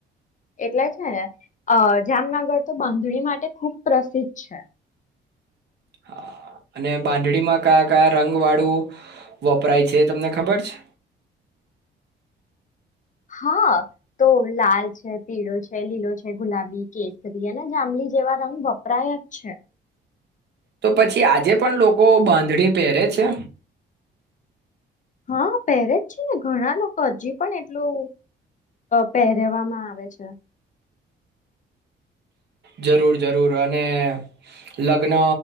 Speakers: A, on the left; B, on the right.
A: એટલે જ ને અ જામનગર તો બાંધણી માટે ખુબ પ્રસિદ્ધ છે
B: હા અને બાંધડીમાં કયા કયા રંગ વાળું વપરાય છે તમને ખબર છે
A: હા તો લાલ છે પીળો છે લીલો છે ગુલાબી કેસરી અને જાંમલી જેવા રંગ વપરાય જ છે
B: તો પછી આજે પણ લોકો બાંધણી પહેરે છે
A: હા પહેરે જ છે ને ઘણા લોકો હજી પણ એટલું પહેરવામાં આવે છે
B: જરૂર જરૂર અને લગ્ન